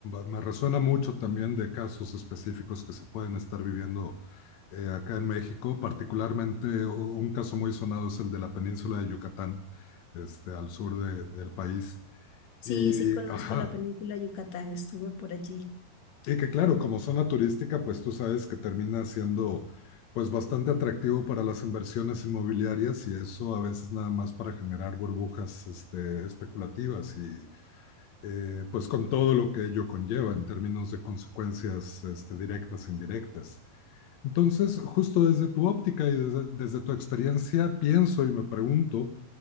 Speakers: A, on the left (about 75°); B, on the left (about 55°).
A: me resuena mucho también de casos específicos que se pueden estar viviendo eh, acá en México, particularmente u- un caso muy sonado es el de la península de Yucatán, este, al sur de- del país.
B: Sí,
A: Y,
B: sí conozco
A: ajá,
B: la península de Yucatán, estuve por allí.
A: y que claro, como zona turística, pues tú sabes que termina siendo pues bastante atractivo para las inversiones inmobiliarias y eso a veces nada más para generar burbujas este, especulativas y eh, pues con todo lo que ello conlleva en términos de consecuencias este, directas e indirectas. Entonces, justo desde tu óptica y desde, desde, tu experiencia, pienso y me pregunto,